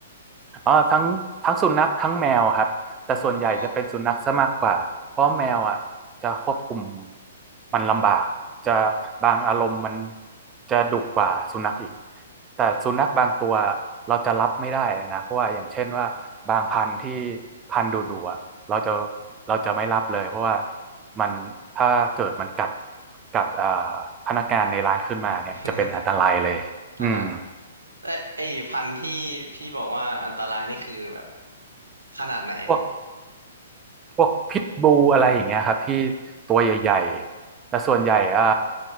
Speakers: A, on the right (about 20°); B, on the right (about 75°).
A: อ๋อทั้งทั้งสุนัขทั้งแมวครับแต่ส่วนใหญ่จะเป็นสุนัขซะมากกว่าเพราะแมวอ่ะจะควบคุม
B: อ๋อ
A: มันลำบากจะบางอารมณ์มันจะดุกว่าสุนัขอีกแต่สุนัขบางตัวเราจะรับไม่ได้เลยนะเพราะว่าอย่างเช่นว่าบางพันธุ์ที่พันธุ์ดุๆอ่ะเราจะเราจะไม่รับเลยเพราะว่ามันถ้าเกิดมันกัดกัดอ่าพนักงานในร้านขึ้นมาเนี่ยจะเป็นอันตรายเลยอืม
B: <laughs> เดี๋ยวอ่ะฮะเอ้ยไอ้พันธุ์ที่พี่บอกว่าอันตรายนี่คือแบบขนาดไหนฮะ
A: พวก พวกพิทบูอะไรอย่างเงี้ยครับที่ตัวใหญ่ๆแต่ส่วนใหญ่อ่า